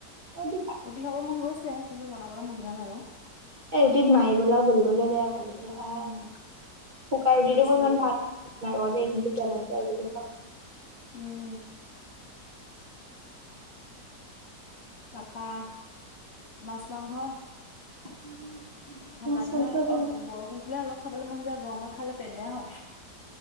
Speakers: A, on the right; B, on the left.
A: <unintelligible>
B: ৰুটি খাব মন গৈছে, কিন্তু বনাবলৈ মন যোৱা নাই আৰু।
A: এই ৰুটি মাৰিবলৈ, বেলিবলৈ বেয়া ভাজিবলৈ ভাল,
B: উম,
A: শুকান ৰুটিটো
B: টেষ্ট
A: মোৰ
B: কৰি
A: ইমান
B: হ'ল।
A: ভাল নালাগে কিন্তু টেলত দিয়া ৰুটিতো খাওঁ।
B: উম। তাপা মাছ-মাংস
A: <inaudible>
B: ঠাণ্ডা
A: মাছ
B: দিনত
A: মাংস
B: অ', বৰষুণ দিলে অলপ খাবলৈ মন যাই, গৰমত খালে পেট বেয়া হয়।